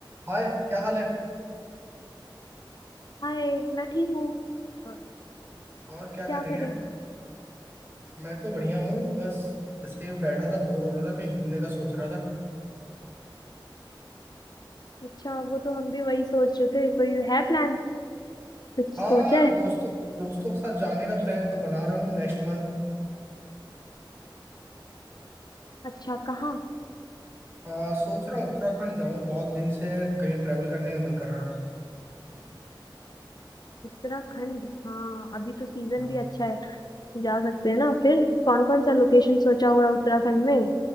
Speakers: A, on the right; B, on the left.
A: हाय क्या हाल है
B: हाय मैं ठीक हूँ अ,
A: और क्या कर
B: क्या
A: रही
B: कर
A: है
B: रहे हो
A: मैं तो बढ़िया हूँ बस इसलिए बैठा था बोर हो रहा था कहीं घूमने का सोच रहा था
B: अच्छा वो तो हम भी वही सोच रहे थे कोई है प्लान कुछ
A: हाँ
B: सोचा है
A: दोस्तों दोस्तों के साथ जाने का प्लान तो बना रहा हूँ नेक्स्ट मंथ
B: अच्छा कहाँ
A: आ, सोच रहा हूँ उत्तराखंड जाऊँ बहुत दिन से कहीं ट्रैवल करने का मन कर रहा है।
B: उत्तराखंड हाँ अभी तो सीजन
A: हाँ
B: भी अच्छा है जा सकते हैं ना फिर कौन कौन सा लोकेशन सोचा हुआ है उत्तराखंड में